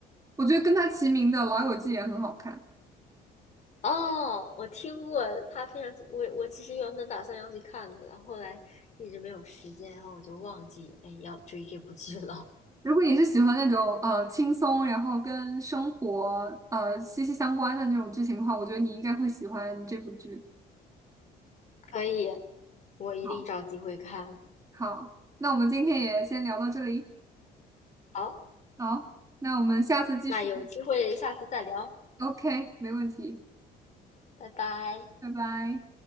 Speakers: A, on the right; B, on the left.
A: 我觉得跟它齐名的《老友记》也很好看。
B: 哦，我听过它非常，我我其实原本打算要去看的，后来一直没有时间，然后我就忘记，哎，要追这部剧了。
A: 如果你是喜欢那种呃轻松，然后跟生活呃息息相关的那种剧情的话，我觉得你应该会喜欢这部剧。
B: <laughs> 可以，我一定找机会看。
A: 好，好，那我们今天也先聊到这里。
B: 好，
A: 好，那我们下次继续。
B: 那有机会下次再聊，
A: OK，没问题，
B: 拜拜。
A: 拜拜。